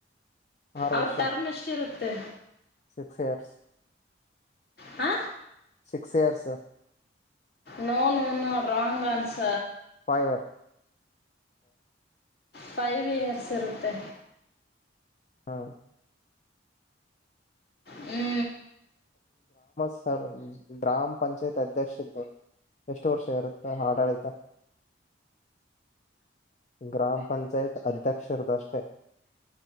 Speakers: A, on the left; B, on the left.
A: ಆರು
B: ಅವ್ರ
A: ವರ್ಷ
B: ಟರ್ಮ್ ಅಷ್ಟಿರುತ್ತೆ
A: ಸಿಕ್ಸ್ ಇಯರ್ಸ್
B: ಹ
A: ಸಿಕ್ಸ್ ಇಯರ್ಸ್
B: ನೋ ನೋ ನ wrong answer
A: five year
B: five years ಇರುತ್ತೆ
A: ಹಾ
B: ಹ್ಞೂ
A: ಸ ಗ್ರಾಮ ಪಂಚಾಯತ್ ಅಧ್ಯಕ್ಷ ಇದ್ದು ಎಷ್ಟು ವರ್ಷ ಇರುತ್ತೆ ಆಡಳಿತ ಗ್ರಾಮ ಪಂಚಾಯತ್ ಅಧ್ಯಕ್ಷರದು ಅಷ್ಟೇ